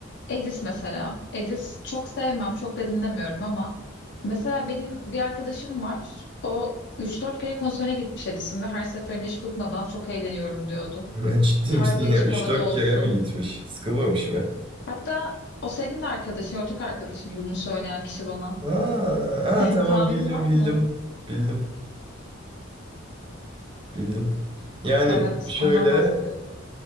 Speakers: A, on the left (about 60°); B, on the right (about 25°).
A: Edis mesela. Edis çok sevmem, çok da dinlemiyorum ama mesela benim bir arkadaşım var. O üç dört kere konserine gitmiş Edis'in ve her seferinde hiç bıkmadan çok eğleniyorum diyordu.
B: Ya Ciddi
A: Her
B: misin
A: bir açık
B: ya? Üç
A: havada
B: dört
A: olsun.
B: kere mi gitmiş? Sıkılmamış mı?
A: Hatta o senin de arkadaşın, ortak arkadaşın bunu söyleyen kişi bana.
B: Aa, aa,
A: <laughs>
B: tamam
A: Tahminin
B: bildim
A: var
B: bildim.
A: mı?
B: Bildim. Bildim. Yani
A: Evet,
B: şöyle
A: ondan bahsediyorum.